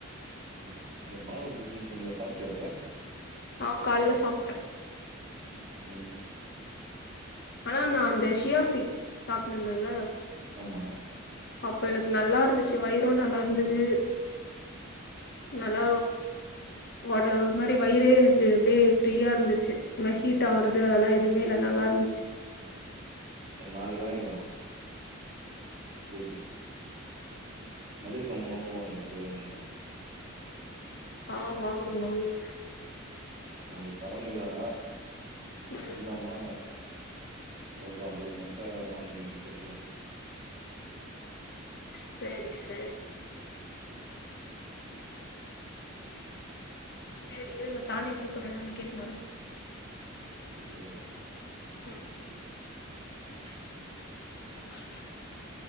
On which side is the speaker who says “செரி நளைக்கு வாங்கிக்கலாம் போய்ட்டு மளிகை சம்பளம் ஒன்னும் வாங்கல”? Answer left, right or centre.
Right